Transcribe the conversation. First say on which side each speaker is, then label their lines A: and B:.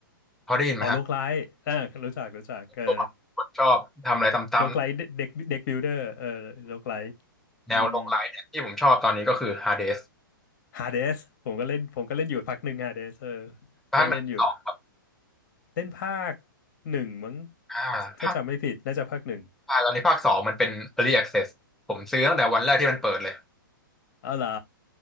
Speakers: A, in the centre; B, on the left.
A: พอได้ยินไหมฮะ
B: อ๋อโลกไลท์อ่ารู้จักรู้จักเออ
A: ตัวผมชอบทำอะไรซ้ำ
B: โลกไลท์เด็กเด็กบิลเดอร์เออโลกไลท์
A: ๆแนวโลกไลท์เนี่ยที่ผมชอบตอนนี้ก็คือ
B: อืม
A: Hades
B: ฮาเดสผมก็เล่นผมก็เล่นอยู่พักหนึ่งฮาเดสเออ
A: ภาคหนึ่งสอง
B: ได้เล่นอยู่เล่นภาคหนึ่งมั้ง
A: อ่าภาค
B: ถ้าจำไม่ผิดน่าจะภาคหนึ่ง
A: ภาคตอนนี้ภาคสองมันเป็น Early Access ผมซื้อตั้งแต่วันแรกที่มันเปิดเลย
B: อ๋อเหรอ